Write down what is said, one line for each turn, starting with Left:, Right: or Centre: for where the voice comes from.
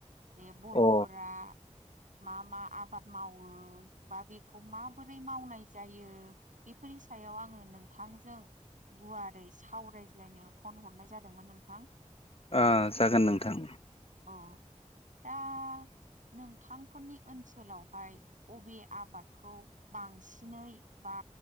Right: बे
Left: अ
Right: बर'फोरा
Left: ओ
Right: मा मा आबाद मावो बा बेखौ माबोरै मावनाय जायो बेफोर नि सायाव आङो नोंथांजों गुवार ओरै सावरायज्लायनो फन हरनाय जादोंमोन नोंथां।
Left: ओ जागोन नोंथां।
Right: औ दा नोंथांफोरनि ओनसोलावहाय अबे आबादखौ बांसिनै बा